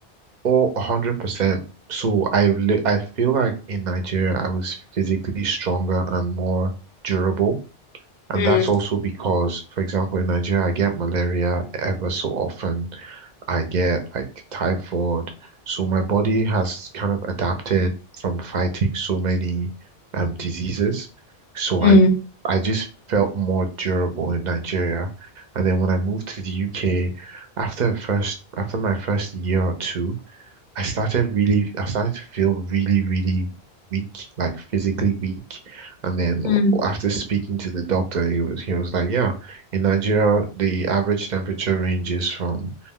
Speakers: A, on the right; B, on the left.
A: Oh, 100%. So I li I feel like in Nigeria I was physically stronger and more durable. And
B: Mm.
A: that's also because, for example, in Nigeria I get malaria ever so often. I get like typhoid. So my body has kind of adapted from fighting so many um diseases. So
B: Mm.
A: I I just felt more durable in Nigeria. And then when I moved to the UK, after first after my first year or two. I started really, I started to feel really, really weak, like physically weak. And then w-
B: Mm.
A: after speaking to the doctor, he was he was like, yeah, in Nigeria, the average temperature ranges from